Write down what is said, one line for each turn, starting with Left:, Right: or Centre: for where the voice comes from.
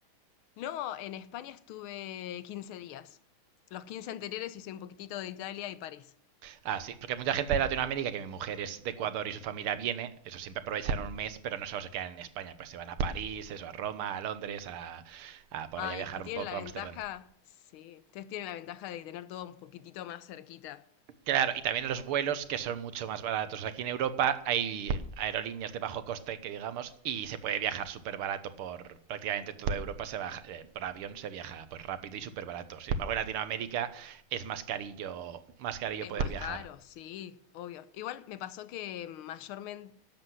Left: No, en España estuve 15 días. Los quince anteriores hice un poquitito de Italia y París.
Right: Ah, sí, porque mucha gente de Latinoamérica, que mi mujer es de Ecuador y su familia viene, eso siempre aprovechan un mes, pero no solo se quedan en España, pues se van a París, eso, a Roma, a Londres, a, a por
Left: Ay,
Right: allá viajar
Left: es que
Right: un
Left: tienen
Right: poco,
Left: la
Right: a
Left: ventaja,
Right: Ámsterdam.
Left: sí, ustedes tienen la ventaja de tener todo un poquitito más cerquita.
Right: Claro, y también los vuelos que son mucho más baratos. Aquí en Europa hay aerolíneas de bajo coste, que digamos, y se puede viajar súper barato por prácticamente toda Europa, se baja, eh, por avión se viaja pues rápido y súper barato. Sin embargo, en Latinoamérica es más carillo, más carillo
Left: Es
Right: poder
Left: más
Right: viajar.
Left: caro, sí, obvio. Igual me pasó que mayormente,